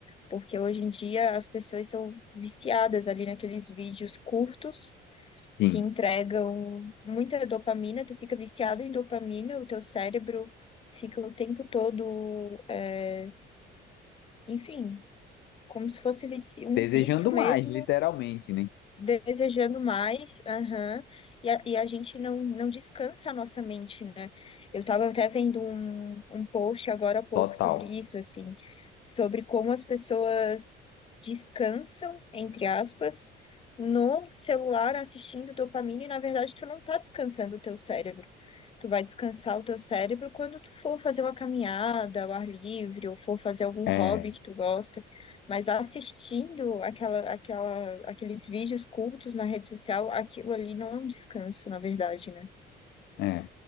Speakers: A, on the left; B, on the left.
A: Porque hoje em dia as pessoas são viciadas ali naqueles vídeos curtos
B: Sim.
A: que entregam muita dopamina, tu fica viciado em dopamina, o teu cérebro fica o tempo todo, é, enfim, como se fosse vici- um
B: Desejando
A: vício mesmo
B: mais, literalmente, né?
A: desejando mais, aham, E, a, e a gente não, não descansa a nossa mente, né? Eu estava até vendo um, um post agora há pouco
B: Total.
A: sobre isso, assim, sobre como as pessoas descansam, entre aspas, no celular assistindo dopamina, e na verdade tu não tá descansando o teu cérebro. Tu vai descansar o teu cérebro quando tu for fazer uma caminhada ao ar livre, ou for fazer algum hobby
B: É,
A: que tu gosta. Mas assistindo aquela, aquela, aqueles vídeos curtos na rede social, aquilo ali não é um descanso, na verdade, né?
B: é.